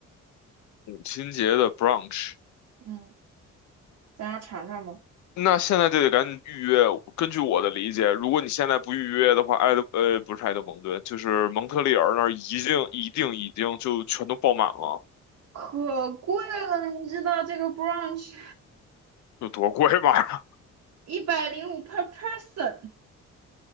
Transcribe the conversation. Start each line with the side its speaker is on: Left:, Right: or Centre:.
Left: 母亲节的 brunch，
Right: 嗯，咱俩尝尝吧。
Left: 那现在就得赶紧预约。根据我的理解，如果你现在不预约的话，埃德呃不是埃德蒙顿，就是蒙特利尔那儿已经一定已经就全都爆满了，
Right: 可贵了，你知道这个 brunch
Left: 有多贵吧？
Right: 一百零五 per person，